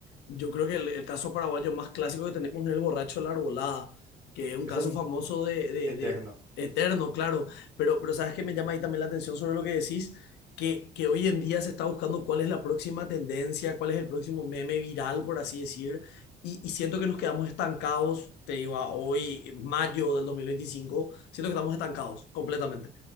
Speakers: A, on the left; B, on the right.
A: Yo creo que el, el caso paraguayo más clásico que tenemos es el borracho de la arbolada, que es un
B: Ese
A: caso
B: es
A: famoso de, de,
B: eterno.
A: de- eterno, claro, pero, pero sabes que me llama ahí también la atención sobre lo que decís, que, que hoy en día se está buscando cuál es la próxima tendencia, cuál es el próximo meme viral, por así decir, y, y siento que nos quedamos estancados, te digo, a hoy, mayo del 2025, siento que estamos estancados completamente,